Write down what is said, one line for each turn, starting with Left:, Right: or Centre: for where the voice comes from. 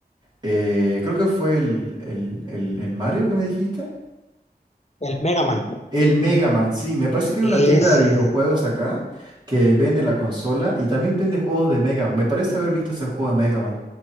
Right: eh, creo que fue el, el el- el Mario que me dijiste.
Left: El Mega Man.
Right: El Mega Man, sí, me parece que hay
Left: Ese.
Right: una tienda de videojuegos acá que vende la consola y también vende juegos de Mega Man. Me parece haber visto ese juego de Mega Man.